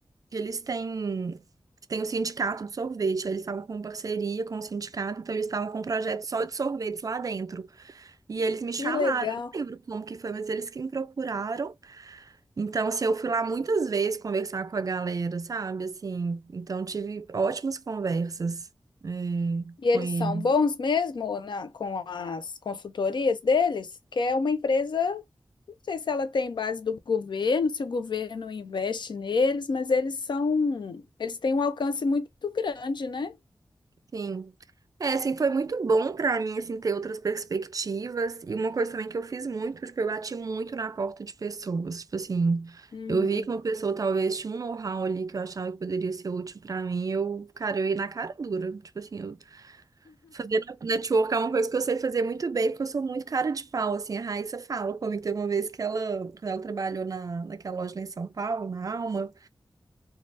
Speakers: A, on the right; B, on the left.
A: que eles têm, têm o sindicato de sorvete, aí eles estavam com parceria com o sindicato, então eles estavam com um projeto só de sorvetes lá dentro. E eles me chamaram,
B: Que legal.
A: eu não lembro como que foi, mas eles que me procuraram. Então, assim, eu fui lá muitas vezes conversar com a galera, sabe? Assim, então tive ótimas conversas, é,
B: E eles
A: com ele.
B: são bons mesmo na, com as consultorias deles? Que é uma empresa, não sei se ela tem base do governo, se o governo investe neles, mas eles são, eles têm um alcance muito grande, né?
A: Sim. É, assim, foi muito bom pra mim, assim, ter outras perspectivas. E uma coisa também que eu fiz muito, tipo, eu bati muito na porta de pessoas. Tipo assim,
B: Hum.
A: eu vi que uma pessoa talvez tinha um know-how ali que eu achava que poderia ser útil pra mim. Eu, cara, eu ia na cara dura. Tipo assim, eu fazer network é uma coisa que eu sei fazer muito bem, porque eu sou muito cara de pau, assim. A Raíssa fala comigo, teve uma vez que ela, quando ela trabalhou na, naquela loja lá em São Paulo, na Alma,